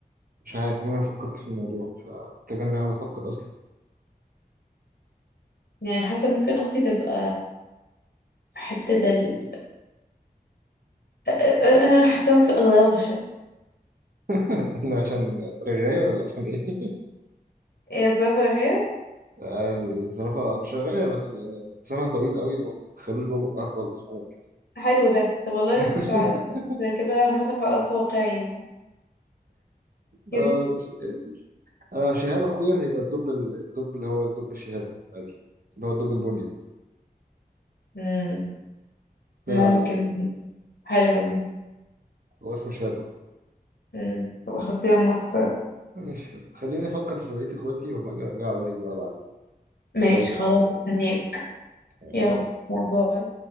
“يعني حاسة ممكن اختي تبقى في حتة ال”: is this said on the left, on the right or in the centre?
Left